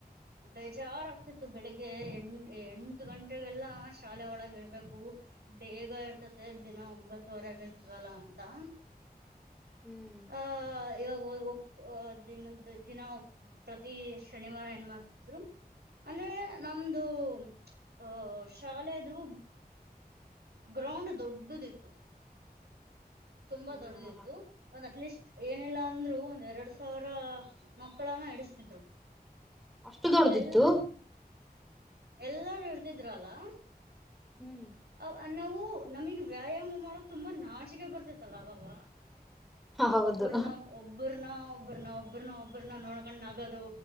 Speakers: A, on the right; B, in the centre.
A: ಬೇಜಾರಗ್ತಿತ್ತು ಬೆಳಿಗ್ಗೆ ಎಂಟ ಎಂಟು ಗಂಟೆಗೆಲ್ಲಾ ಶಾಲೆ ಒಳಗ ಇರ್ಬೇಕು ಬೇಗ ಇರ್ತದೆ ದಿನ ಒಂಬತ್ವರೆಗ ಇರ್ತದ್ವಲ್ಲ ಅಂತಾ
B: ಹುಂ
A: ಹ ಇವಾಗ ಹೋಗ್ತಿ ದಿನ ದಿನ ಹೋಗ ಪ್ರತಿ ಶನಿವಾರ ಏನ್ ಮಾಡಾತಿದ್ರು ಅಂದ್ರೆ ನಮ್ದು ಅ ಶಾಲೆದು ಗ್ರೌಂಡ್ ದೊಡ್ಡದ ಇತ್ತು ತುಂಬಾ
B: ಹ
A: ದೊಡ್ಡದಿತ್ತು ಒಂದ್ ಅಟ್ ಲೀಸ್ಟ್ ಏನಿಲ್ಲಾ ಅಂದ್ರು ಒಂದ್ ಎರಡ್ ಸಾವಿರ ಮಕ್ಕಳನ್ನ ಇಡಸ್ತಿದ್ರು
B: ಅಷ್ಟು ದೊಡ್ದಿತ್ತು
A: ಎಲ್ ಹುಂ ಎಲ್ಲಾರು ಇರ್ತಿದ್ರ ಅಲ್ಲಾ
B: ಹ್ಮ್
A: ಅವ ನಾವು ನಮಗ್ ವ್ಯಾಯಾಮ ಮಾಡೋಕ್ ತುಂಬಾ ನಾಚಿಕೆ ಬರ್ತೇತ್ತಲ್ಲಾ ಅವಾಗ
B: ಹೌದು
A: ಒಬ್ಬ್ರನ ಒಬ್ಬ್ರನ ಒಬ್ಬ್ರನ ಒಬ್ಬ್ರನ ಒಬ್ಬ್ರನ ನೋಡ್ಕೊಂಡ ನಗೋದು